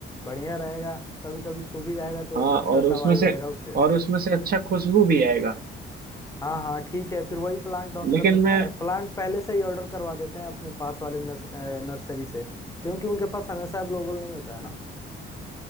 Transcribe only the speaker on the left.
बढ़िया रहेगा कभी कभी छू भी जाएगा तो
एक अच्छा
सा
वाइब
आएगा उससे
हाँ हाँ ठीक है फिर वही प्लांट डाउन
कर लेते
हैं प्लांट पहले से ही ऑर्डर करवा देते हैं अपने पास वाले नर्स, अ, नर्सरी से क्योंकि उनके पास हमेशा अवेलेबल नहीं होता है ना